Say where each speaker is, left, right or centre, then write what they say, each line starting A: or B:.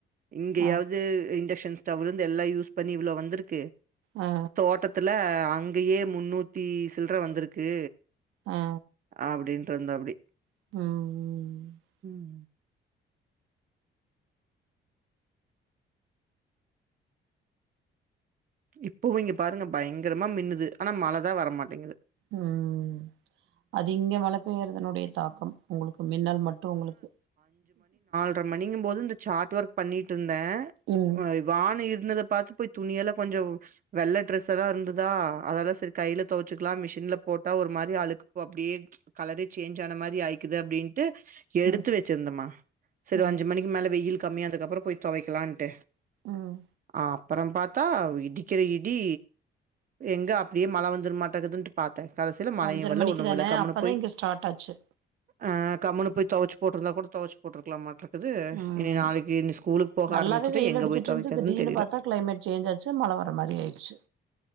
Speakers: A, on the right; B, on the right.
A: இங்கயாவது
B: ஆ
A: இங் இன்டக்சன் ஸ்டவ் இருந்து எல்லா யூஸ் பண்ணி இவ்ளோ வந்துருக்கு
B: ஆ
A: தோட்டத் த்துல அங்கயே முன்னூத்தி சில்ற வந்துருக்கு
B: ஆ
A: அப்டின்று வந்தாப்புடி
B: ம் ம் ம்
A: ம் இப்பவு இங்க பாருங்க பயங்கரமா மின்னுது ஆனா மழதா வரமாட்டேங்கிது
B: ம் ம் அது இங்க மழ பெய்யறதனுடைய தாக்கம் உங்களுக்கு மின்னல் மட்டு உங்களுக்கு
A: ஒன்ற மணிக்கும் போது இந்த சார்ட் ஒர்க் பண்ணிட்ருந்தே
B: ம்
A: வ வான இருண்டத பாத்து போய் துணியெல்லா கொஞ்ச வெள்ள ட்ரெஸ்ஸல்லா இருந்துதா அதல்லா செரி கையில தொவச்சுக்கலா மிஷின்ல போட்டா ஒரு மாரி அழுக்கு போ அப்டியே கலரே சேஞ் ஆன மாரி ஆயிக்குது அப்டின் ட்டு எடுத்து
B: ம்
A: வச்சுருந்தம்மா செரி
B: ம்
A: அஞ்சு மணிக்கு மேல வெயில் கம்மியானதுக்கு அப்பறோ போய் தொவைக்கலான்ட்டு
B: ம்
A: அப்பறம் பாத் த்தா இடிக்கிற இடி எங்க அப்டியே மழ வந்துரு மாட்டேங்குதுன்ட்டு பாத்தே கடைசியில மழையு
B: அஞ்சர
A: வல்ல
B: மணிக்கு
A: ஒண்ணும்
B: தான
A: வல்ல கம்முனு
B: அப்பதா
A: போய்
B: இங்க ஸ்டார்ட் ஆச்சு
A: ஆ கம்னு போய் தொவச்சு போட்ருந்தா கூட தொவச்சு போட்ருக்கலாம் மாட்ருக் க்குது
B: ம்
A: இனி நாளைக்கி இனி ஸ்கூலுக்கு போக
B: நல்லாவே
A: ஆரமிச்சுட்டு
B: வெயில்
A: எங்க
B: அடிச்சிட்டு
A: போய்
B: இருந்துச்சு
A: தொவைக்கறதுன்னு
B: திடீர்னு
A: தெரியல
B: பாத்தா கிளைமேட் சேஞ்ச் ஆச்சு மழ வர்ற மாரி ஆய்டுச்சு